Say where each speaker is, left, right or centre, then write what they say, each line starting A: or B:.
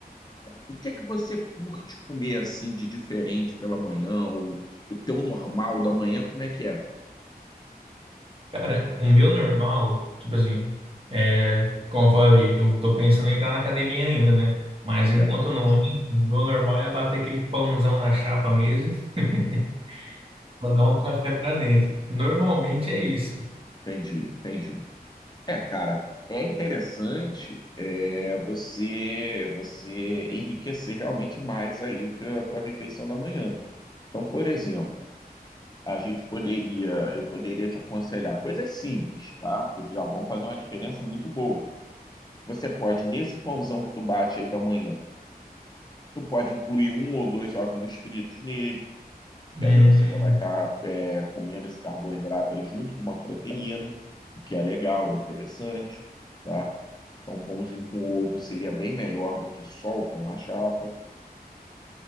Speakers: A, on the left; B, on the right.
A: O que que você curte comer assim de diferente pela manhã, ou o teu normal da manhã, como é que é?
B: Cara, o meu normal, tipo assim, é, como eu falei, eu tô pensando em entrar na academia ainda, né? Mas
A: Certo,
B: enquanto eu não entro, o meu normal é bater aquele pãozão na chapa mesmo. <laughs> Mandar um café para dentro. Normalmente é isso.
A: entendi, entendi. É, cara, é interessante é, você você enriquecer realmente mais aí o teu- a tua refeição da manhã. Então, por exemplo, a gente poderia, eu poderia te aconselhar coisas simples, tá? Que já vão fazer uma diferença muito boa. Você pode, nesse pãozão que tu bate aí da manhã, tu pode incluir um ou dois ovinhos fritos nele, que
B: Hum,
A: aí você já vai estar comendo esse carboidrato aí junto com uma proteína, o que é legal, é interessante, tá? Então, um pãozinho com ovo seria bem melhor do que só o pão na chapa.